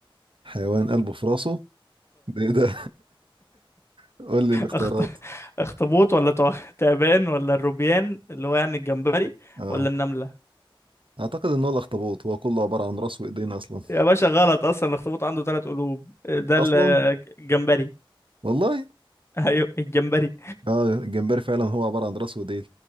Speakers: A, on the right; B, on the left.
A: حيوان قلبه في راسه ده ايه ده <laughs> قول لي الاختيارات
B: أخط... <laughs> اخطبوط ولا تع- تعبان ولا الروبيان اللي هو يعني الجمبري
A: اه
B: ولا النملة
A: اعتقد ان هو الاخطبوط هو كله عباره عن راس وايدين اصلا
B: يا باشا غلط اصلا الاخطبوط عنده ثلاث قلوب ده
A: اصلا
B: ال- الجمبري
A: والله
B: <laughs> ايوه الجمبري
A: اه الجمبري فعلا هو عباره عن راس وايدين